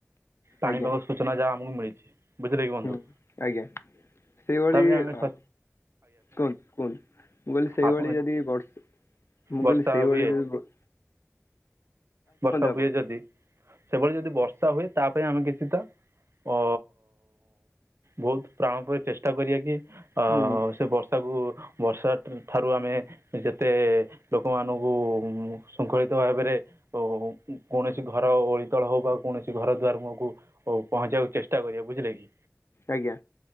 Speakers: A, on the right; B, on the left.
A: ପାଣିପାଗ
B: ଆଜ୍ଞା
A: ସୂଚନା ଯାହା ଆମକୁ ମିଳିଛି ବୁଝିଲେ କି ବନ୍ଧୁ।
B: ହୁଁ ଆଜ୍ଞା ସେଇଭଳି
A: ତା'ପାଇଁ ଆମେ
B: ଅ କୁହନ୍ତୁ କୁହନ୍ତୁ ମୁଁ କହିଲି ସେଇଭଳି
A: ଆପଣ
B: ଯଦି ବଢ଼ି ମୁଁ
A: ବର୍ଷା
B: କହିଲି ସେଇଭଳି
A: ହୁଏ
B: ଯ
A: ବର୍ଷା
B: ଆପଣ
A: ହୁଏ ଯଦି ସେଭଳି ଯଦି ବର୍ଷା ହୁଏ ତା ପାଇଁ ଆମେ କିଛି ତ ଅ ବହୁତ ପ୍ରାଣ ପରେ ଚେଷ୍ଟା କରିବା କି? ଅ
B: ହୁଁ
A: ସେ ବର୍ଷାକୁ ବର୍ଷା ଠାରୁ ଆମେ ଯେତେ ଲୋକମାନଙ୍କୁ ଶୃଙ୍ଖଳିତ ଭାବରେ ଓ କୌଣସି ଘର ଓଳିତଳ ହଉ ବା କୌଣସି ଘର ଦୁଆର ମୁହଁକୁ ପହଞ୍ଚିବାକୁ ଚେଷ୍ଟା କରିବା ବୁଝିଲେ କି।
B: ଆଜ୍ଞା